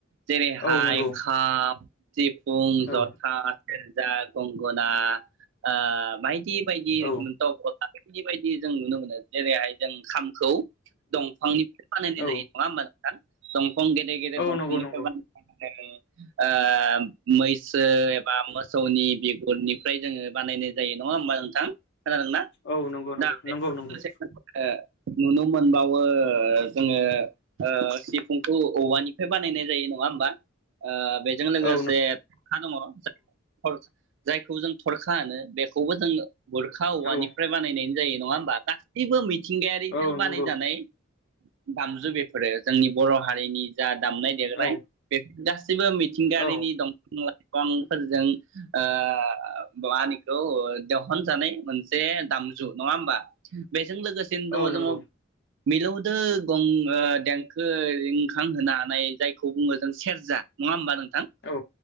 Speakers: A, on the right; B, on the left.
A: जेरैहाय
B: औ नंगौ
A: खाम सिफुं
B: औ
A: जथा सेरजा गं गना ओ बायदि बायदि
B: औ
A: रोखोम थाव बिदि बायदि जों नुनो मोनो जेरैहाय जों खाम खौ दंफांनिफ्राय बानायनाय
B: औ
A: जायो नङा होमबा <inaudible> सम फं गेदेर गेद
B: औ
A: दफांनिफ्राय
B: नंगौ नंगौ
A: बा <inaudible> जायो आ मैसो एबा मोसौनि बिगु फोरनिफ्राय जोङो बानायन जायो नङा होमबा नोंथां। खोनादोंना
B: औ नंगौ
A: <unintelligible>
B: नंगौ नंगौ नंगौ
A: नुनो मोनबावो जोङो ओ सिफुंखौ औवानिफ्राय बानायनाय जायो नङा होमबा ओ बेजों लोगोसे
B: औ
A: थरखा दङ' जाय थर जायखौ जों थरखा होनो बे बिखौबो जों गुरखा औवानिफ्राय
B: औ
A: बानायनायानो जायो नङा होमबा गासैबो मिथिंगायारिजों
B: औ
A: बानायजानाय
B: नंगौ
A: दामजु बेफोरो जोंनि बर' हारिनि जा। दामनाय दे
B: औ
A: <unintelligible> गासैबो मिथिंगायारिनि
B: औ
A: दंफा लाय बिफांफोरजों ओ मा होनो द-दहनजानाय मोनसे दामजु नङा होमबा बे बेजों लोगोसेनो
B: औ
A: दं जों
B: नंगौ
A: मिलौदो गं ओ देंखो रिंखां होनानैय जायखौ बुङो जों सेरजा नङा होमबा नों
B: औ